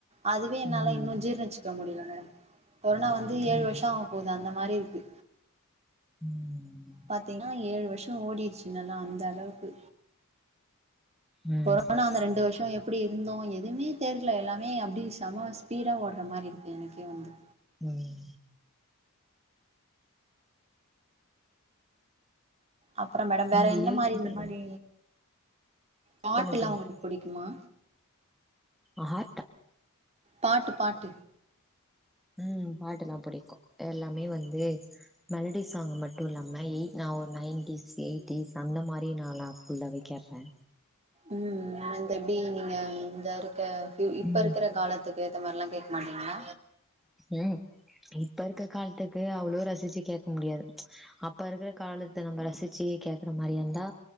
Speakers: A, on the right; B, in the centre.
A: அதுவே என்னால
B: ம்
A: இன்னு ஜீரணிச்சுக்க முடியலங்க கொரோனா வந்து
B: ம்
A: ஏழு வருஷ ஆக போகுது அந்த மாரி இருக்கு
B: ம்
A: பாத்தீங்னா ஏழு வருஷ ஓடிருச்சு நல்லா அந்த அளவுக்கு
B: ம்
A: கொரோனா அந்த ரெண்டு வருஷொ எப் எப்டி இருந்தோ எதுமே தெரில எல்லாமே அப்டி செம ஸ்பீடா ஓடுற மாரி இருக்கு எனக்கே வந்து
B: ம்
A: அப்ற மேடம் வேற
B: இந்த
A: எந்த
B: இயர்
A: மாரி
B: வந்து
A: இந்த மாரி
B: ரொம்ப-
A: பாட்டுலா
B: சொல்லுங்க சொல்லுங்க
A: உங்களு புடிக்குமா
B: ஆஹா
A: பாட்டு பாட்டு
B: ம் பாட்டுலா புடிக்கு எல்லாமே வந்து மெலடி சாங் மட்டு இல்லாம எயிட் நா ஒரு நையன்டிஸ் எயிட்டிஸ் அந்த மாரி நா லா ஃபுல்லாவே கேப்பே
A: ம் இந்த இப்டி நீங்க இந்த இருக்க இப்ப
B: ம்
A: இருக்குற காலத்துக்கு ஏத்த மாரிலா கேக்க மாட்டீங்களா
B: ம் இப்ப இருக்க காலத்துக்கு அவ்ளோ ரசிச்சு கேக்க முடியாது அப்ப இருக்குற காலத்த நம்ம ரசிச்சு கேக்குற மாரி வந்தா